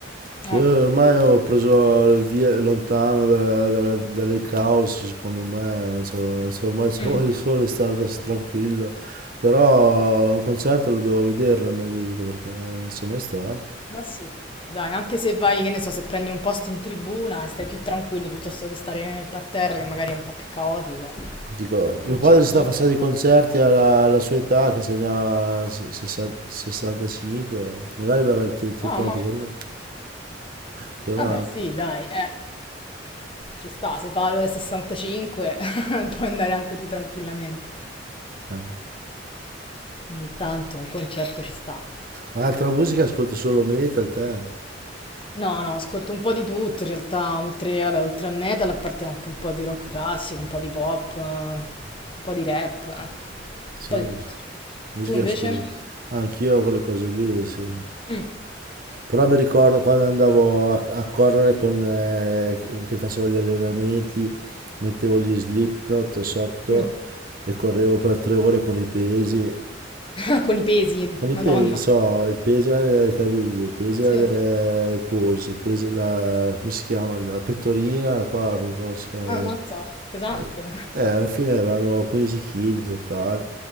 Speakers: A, on the right; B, on the left.
A: Sì,
B: Eh.
A: ormai ho preso il via lontano da- dalla- dalle caos, secondo me, so- so- ormai <laughs> so-
B: Mm.
A: voglio solo stare da- tranquillo, però un concerto lo devo vedere nella mia vita perché non non sono mai stato.
B: Ma sì, dai, anche se vai, che ne so, se prendi un posto in tribuna e stai più tranquillo piuttosto che stare nel parterre, che magari è un po' più caotico,
A: Dico,
B: il concertino.
A: mio padre si sta facendo i concerti alla, alla sua età, che se ne ha s- sessa- 65, magari verrà il te- tempo
B: No, ma
A: anche per me, più avanti.
B: vabbè, sì, dai, eh, ci sta, se va alle 65 <laughs> puoi andare anche tu tranquillamente.
A: eh.
B: Ogni tanto un concerto ci sta.
A: Ma altra musica ascolti solo metal, te?
B: No, no, ascolto un po' di tutto, in realtà, oltre, vabbè, oltre al metal, a parte anche un po' di rock classico, un po' di pop, eh, un po' di rap, eh, un
A: Sì,
B: po' di tutto.
A: musica
B: Tu invece?
A: ascolto. Anch'io quelle cose lì, sì.
B: Mm.
A: Però mi ricordo quando andavo a, a correre con, eh, che facevo gli allenamenti, mettevo gli Slipknot sotto
B: Mm.
A: e correvo per tre ore con i pesi
B: <laughs> Con i pesi,
A: con i
B: Madonna.
A: pesi, so, i pesi alle caviglie, i pesi alle-
B: Sì, sì.
A: ai polsi, i pesi, la, come si chiama, la pettorina, qua, come cavolo si chiama?
B: Ammazza, pesante.
A: Eh, eh, alla fine erano 15 kg in totale